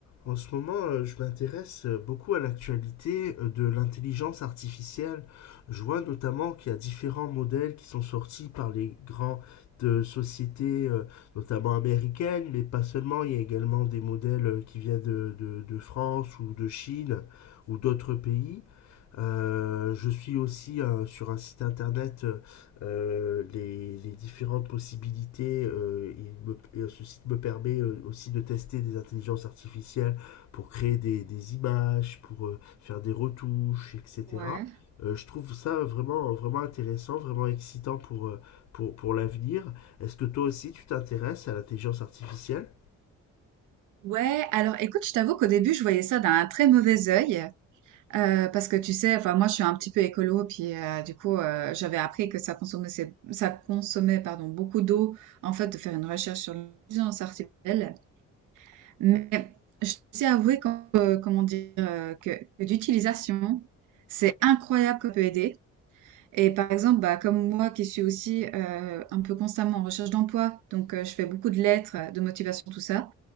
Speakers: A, on the left (about 60°); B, on the right (about 80°).
A: En ce moment, euh, je m'intéresse euh, beaucoup à l'actualité euh, de l'intelligence artificielle. Je vois notamment qu'il y a différents modèles qui sont sortis par les grandes euh, sociétés, euh, notamment américaines, mais pas seulement. Il y a également des modèles euh, qui viennent de, de- de France ou de Chine ou d'autres pays. Euh, je suis aussi euh, sur un site internet euh, euh, les, les différentes possibilités. euh, il me- et ce site me permet euh, aussi de tester des intelligences artificielles pour créer des, des images, pour euh, faire des retouches, etc.
B: Ouais.
A: Euh, je trouve ça vraiment, vraiment intéressant, vraiment excitant pour, euh, pour, pour l'avenir. Est-ce que toi aussi tu t'intéresses à l'intelligence artificielle?
B: Ouais, alors écoute, je t'avoue qu'au début, je voyais ça d'un très mauvais œil, euh, parce que tu sais, enfin moi, je suis un petit peu écolo, puis euh, du coup, euh, j'avais appris que ça consommait, c'est- ça consommait, pardon, beaucoup d'eau, en fait, de faire une recherche sur l'intelligence artificielle. Mais je dois aussi avouer qu'en- euh, comment dire, euh, que, que d'utilisation, c'est incroyable qu'on peut aider. Et par exemple, bah, comme moi qui suis aussi euh, un peu constamment en recherche d'emploi, donc euh, je fais beaucoup de lettres, de motivation, tout ça.